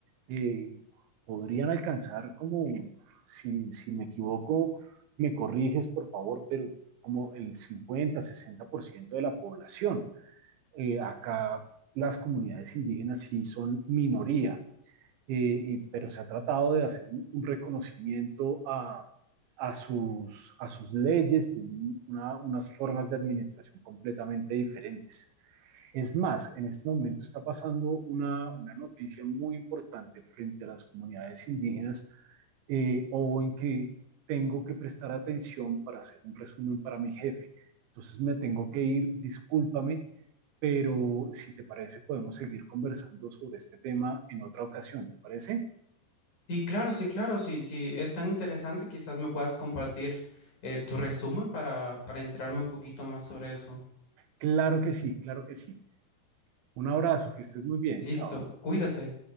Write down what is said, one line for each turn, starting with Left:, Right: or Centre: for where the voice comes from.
Right: eh, podrían alcanzar como, si, si me equivoco, me corriges por favor, pero como el 50, 60% de la población. Eh, acá las comunidades indígenas sí son minoría eh, y, pero se ha tratado de hacer un, un reconocimiento a, a sus, a sus leyes, tienen una, unas formas de administración completamente diferentes. Es más, en este momento está pasando una, una noticia muy importante frente a las comunidades indígenas, eh, o en que tengo que prestar atención para hacer un resumen para mi jefe. Entonces me tengo que ir, discúlpame, pero si te parece podemos seguir conversando sobre este tema en otra ocasión, ¿te parece?
Left: Sí, claro, sí, claro. Sí, sí, es tan interesante, quizás me puedas compartir eh, tu resumen para, para enterarme un poquito más sobre eso.
Right: Claro que sí, claro que sí. Un abrazo, que estés muy bien,
Left: Listo,
Right: chao.
Left: cuídate.